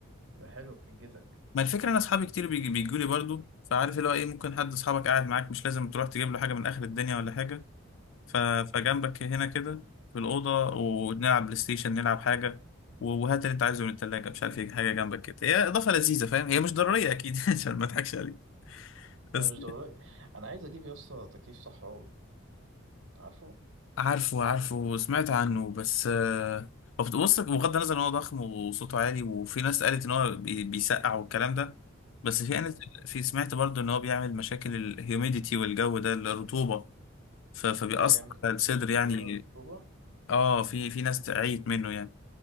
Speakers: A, on the right; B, on the left.
A: تبقى حلوه بتنجزك
B: ما الفكره انا اصحابي كتير بيجوا لي برضه فعارف اللي هو ايه ممكن حد اصحابك قاعد معاك مش لازم تروح تجيب له حاجه من اخر الدنيا ولا حاجه ف...
A: امم
B: فجنبك هنا كده في الأوضة ونلعب بلاي ستيشن نلعب حاجة و- وهات اللي أنت عايزه من التلاجة مش عارف إيه حاجة جنبك كده هي إضافة لذيذة فاهم هي مش ضرورية أكيد <laughs> عشان ما أضحكش عليك بس
A: انا مش ضروري انا عايز اجيب يا اسطى تكييف صحراوي عارفه
B: عارفه عارفه سمعت عنه بس آه، هو بص بغض النظر إن هو ضخم وصوته عالي وفي ناس قالت إن هو بي- بيسقع والكلام ده بس في
A: امم
B: أنا في سمعت برضه إن هو بيعمل مشاكل الهيوميديتي والجو ده الرطوبة ف- فبيأثر
A: بيعمل
B: على الصدر يعني
A: بيعمل رطوبة
B: اه في في ناس تعيت منه يعني